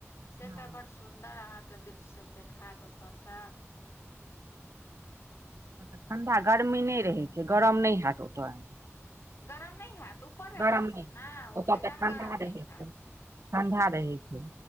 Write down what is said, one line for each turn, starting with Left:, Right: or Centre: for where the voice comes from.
Left: से
Right: हँ
Left: तऽ बड्ड सुन्दर सुन्दर अहाँ क दृश्य सब देखाएत ओतऽ से।
Right: तऽ ठंढ़ा गर्मी नै रहै छै गरम नै हेएत ओतऽ।
Left: गरम नहि हैत ऊपर रहे
Right: गरम
Left: छै
Right: नै
Left: ने
Right: ओतऽ
Left: ओ एकदम
Right: त ठंढ़ा
Left: गरम
Right: रहै
Left: नहि हैत
Right: छै। ठंढ़ा रहै छै।